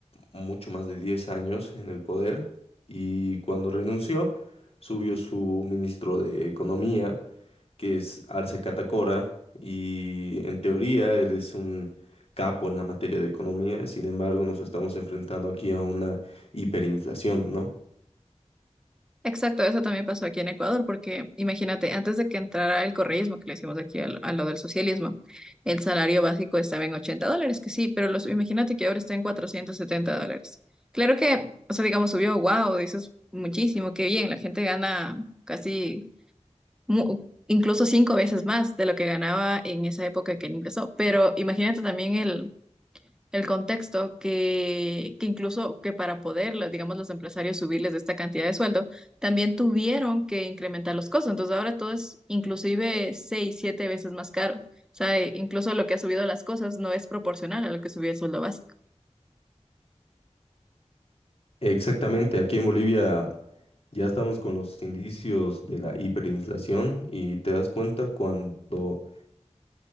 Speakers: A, on the left (about 55°); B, in the centre.
A: mucho más de 10 años en el poder y cuando renunció subió su ministro de Economía, que es Arce Catacora, y en teoría él es un capo en la materia de economía, sin embargo nos estamos enfrentando aquí a una hiperinflación, ¿no?
B: Exacto, eso también pasó aquí en Ecuador, porque imagínate, antes de que entrara el correísmo, que le hicimos aquí al- a lo del socialismo, el salario básico estaba en 80 dólares, que sí, pero los, imagínate que ahora está en 470 dólares. Claro que, o sea, digamos, subió, wow, dices muchísimo, qué bien, la gente gana casi, mu- incluso cinco veces más de lo que ganaba en esa época que él ingresó, pero imagínate también el el contexto que, que incluso que para poder, la- digamos, los empresarios subirles esta cantidad de sueldo, también tuvieron que incrementar los costos. Entonces ahora todo es inclusive seis, siete veces más caro. O sea, e- incluso lo que ha subido las cosas no es proporcional a lo que subió el sueldo básico.
A: Exactamente, aquí en Bolivia Ya estamos con los indicios de la hiperinflación y te das cuenta cuando